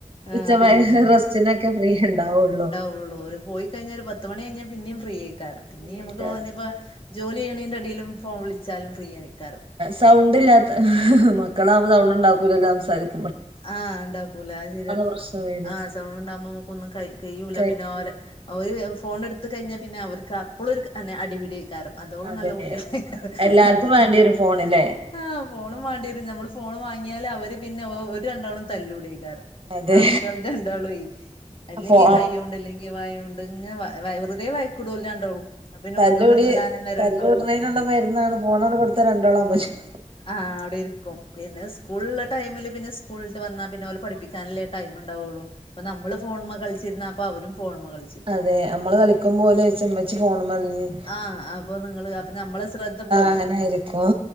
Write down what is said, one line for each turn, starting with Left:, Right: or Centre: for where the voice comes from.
Left: ആഹ്
Right: ഉച്ചമയ റസ്റ്റിനൊക്കെ ഫ്രീ ഇണ്ടാവൊള്ളൂ.
Left: വുള്ളൂ ഒരു പോയി കഴിഞ്ഞാൽ ഒരു പത്ത് മണി കഴിഞ്ഞാ പിന്നും ഫ്രീ ആയ്ക്കാരംപിന്നീം
Right: ഫ്രീയായിക്കാരം
Left: നമുക്ക്പ്പോ ഇനിപ്പോ ജോലി ചെയ്യണീന്റെടീലും. ഫോൺ വിളിച്ചാലും ഫ്രീ ആണയ്ക്കാരം.
Right: സൗണ്ട്ല്ലാത്ത ഹ് ഹ് മക്കളാവുമ്പോ സൗണ്ട് ഉണ്ടാക്കൂലല്ലോ സംസാരിക്ക്
Left: ആഹ് ണ്ടാക്കൂലാ അയ് ശെര്യാണ്.
Right: പ്രശ്നം വര
Left: ആഹ് സൗണ്ട്ണ്ടാവുമ്പോ നമുക്കൊന്നും ക കഴ്യൂല്ല
Right: കൈക്ക്
Left: പിന്നെ ഓരേ
Right: കേൾക്കും
Left: ഓര് വേംഫോൺ എടു ത്ത കഴിഞ്ഞാ പിന്നെ അവർക്ക് അപ്പളും ഒരു കന്ന അടിപിടിയ് കാരം അതോളം
Right: അതെ
Left: നല്ല കുട്ടികള്
Right: എല്ലാർക്കും
Left: അപ്പം
Right: വേണ്ടി വരും ഫോണില്ലേ
Left: ആഹ് ഫോണും വാണ്ടിരും നമ്മള് ഫോണ് വാങ്ങിയാല് അവര് പിന്നെ ഓര് രണ്ടാളും തല്ലൂടയ്കാരം.
Right: അതെ
Left: ആൺകുട്വാൾത് രണ്ടാളൈ അല്ലെങ്കി
Right: ഫോ
Left: കയ്യോണ്ട് ല്ലെങ്കി വായോണ്ട് ഇങ്ങനെ. വെുതെവയക്ക്ടുംഓല് രണ്ടാളും അപ്പ പിന്നെ
Right: തല്ലൂടി
Left: ഓലോട് ഒച്ചടാനന്നേരം
Right: തല്ലൂട്ന്നേനുള്ള
Left: ഉണ്ടാവുള്ളൂ
Right: മരുന്നാണ് ഫോണണ്ട് കൊടുത്ത രണ്ടാളം അമരും.
Left: ആഹ് അവ്ടിര്ക്കും പിന്നെ സ്കൂൾള്ള ടൈമ്ൽ പിന്നെ സ്കൂള്ട്ട് വന്നാ പിന്നെ ഓലെ പഠ്പ്പിക്കാനല്ലേ ടൈമ്ണ്ടാവൊള്ളൂ അപ്പ നമ്മള് ഫോൺമ്മക്കൾച്ചിര്ന്നാ പ്പവരും ഫോൺമ്മെക്കൾച്ചി
Right: അതെ അമ്മള് കളി ക്കുമ്പോലൊയ്ച്ചു മ്മച്ചി ഫോൺമ്മല്ലേന്യോ
Left: ആഹ് അപ്പൊ നിങ്ങള് അപ്പൊ നമ്മളെ ശ്രദ്ധ പോവല്ലെ
Right: അങ്ങനെ ആയിരിക്കും